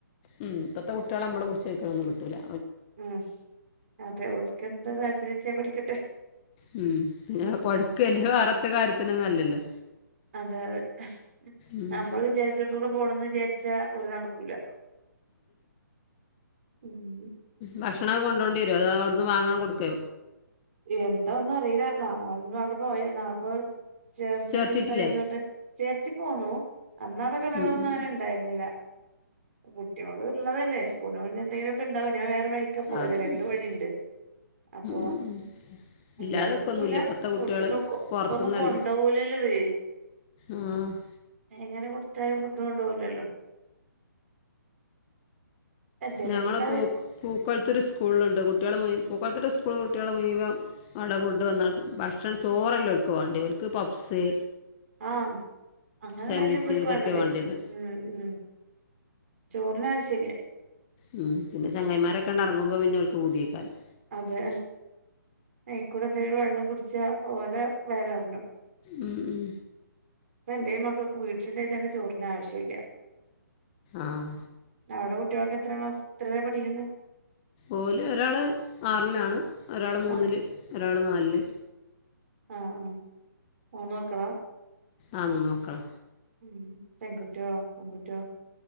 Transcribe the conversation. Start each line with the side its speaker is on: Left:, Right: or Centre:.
Left: ഉം ഇപ്പത്തെ കുട്ട്യേളെ നമ്മള് പുടിച്ചേക്ക്നൊന്നും കിട്ടൂല്ല
Right: ഉം അതെ ഓൽക്കെന്താ താൽപ്പര്യച്ചാ അത് പഠിക്കട്ടെ
Left: ഉം പിന്നെ പഠിക്കല്ലേ വേറെത്തേ കാര്യത്തിനൊന്നും അല്ലല്ലോ
Right: അതെ അതെ
Left: ഉം
Right: ഞമ്മള് വിചാരിച്ചിടെത്തൂടെ പോണംന്ന് വിചാര്ച്ചാ ഓല് നടക്കൂലാ ഉം
Left: ഭക്ഷണൊക്കെ കൊണ്ടോണ്ട്യെരോ അതോ അവ്ട്ന്ന് വാങ്ങാൻ കൊട്ക്കെ
Right: എന്താ ഒന്നും അറീലാ നാളെ <unintelligible> അവ്ടെ പോയ നാളെപ്പോ ചേർണ
Left: ചേർത്തിട്ടില്ലേ
Right: ദിവ്സായതോണ്ട് ചേർത്തി പോന്നു അന്നാടെ കടകളൊന്നും
Left: ഉം ഉം
Right: അങ്ങെനെ ഇണ്ടായി ര്ന്നില്ല കുട്ട്യോള് ള്ളതല്ലേ സ്കൂള് എന്തെങ്കിലൊക്കെ ണ്ടാവും ഞാൻ വേറെ വയ് ക്കാ പോയെത്
Left: അത്
Right: രണ്ട്
Left: ഉം
Right: വഴിണ്ട് അപ്പോ
Left: ഉം ഉം
Right: ഇല്ല്യാണ്ടിരിക്കൂല
Left: ഇല്ലാതൊക്കെ ഒന്നുമില്ല ഇപ്പോഴത്തെ
Right: ഫുഡ്
Left: കുട്ടികൾ
Right: ഇപ്പൊ ഇപ്പൊന്നും
Left: പുറത്തുനിന്നല്ലേ
Right: കൊണ്ടോകൂലല്ലോ ഓര്
Left: ആ
Right: എ എങ്ങെനെ കൊട്ത്താലും ഫുഡ്ഡ് കൊണ്ടോവ്‌ലല്ലോ എന്തേലൊക്കെ
Left: ഞങ്ങൾ
Right: ഉണ്ടാവുമായിരിക്കും
Left: പൂ പൂക്കാെൾത്തൂര് സ്കൂള്ല്ണ്ട് കുട്ട്യേള് മുയ് പൂക്കാെൾത്തൂര് സ്കൂള് കുട്ട്യേള് മുയ്‌വം അവ് ടെ ഫുഡ്ഡ് വന്ന ഭക്ഷണം ചോറല്ല ഓൽക്ക് വാണ്ട്യേ ഓൽക്ക് പപ്സ്
Right: ആഹ് അങ്ങനെള്ളെന്നെ
Left: സാൻഡ്വിച്ച്
Right: പ്പോൽക്ക്
Left: ഇതൊക്കെ
Right: വേണ്ടെതേ
Left: വേണ്ടത്
Right: ഉം ഉം ചോറിന് ആവശ്യല്ല്യാ
Left: ഉം പിന്നെ ചെങ്ങായ്മാരൊക്കേണ്ടെർങ്ങുമ്പം പിന്നെ ഓൽക്ക് പൂത്യേക്കാരം
Right: അതെ അയ്ക്കൂടെ എന്തേലും വെള്ളും കുട്ച്ചാ ഓലെ വയെറെറ്ഞ്ഞു
Left: ഉം ഉം
Right: ഇപ്പ എല്ലേലും മക്കക്ക് വീട്ടില്ണ്ടേ തെന്നെ ചോറിന്നാവശ്യല്ല്യാ
Left: ആഹ്
Right: അവ്ടെ കുട്ട്യോളൊക്കെ എത്രാം ക്ലാസ് ത്രേലാ പഠിക്ക്ന്നേ
Left: ഓല് ഒരാള് ആർലാണ് ഒരാള് മൂന്ന്ല്
Right: ആഹ്
Left: ഒരാള് നാൽല്
Right: ആഹ് ആഹ് മൂന്ന് മക്കളാ
Left: ആഹ് മൂന്ന് മക്കളാ
Right: ഉം പെങ്കുട്ട്യോ ആങ്കുട്ട്യോ